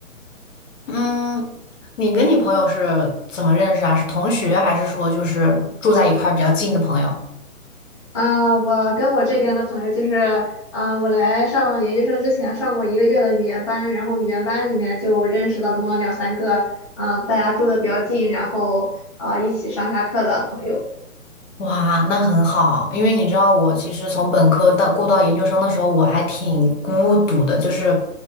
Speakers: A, on the left; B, on the left.
A: 嗯，你跟你朋友是怎么认识啊？是同学，还是说就是住在一块儿比较近的朋友？
B: 啊，我跟我这边的朋友就是，啊，我来上研究生之前上过一个月的语言班，然后语言班里面就认识了那么两三个，嗯、大家住的比较近，然后啊、一起上下课的朋友。
A: 哇，那很好，因为你知道我其实从本科到过渡到研究生的时候，我还挺孤独的，就是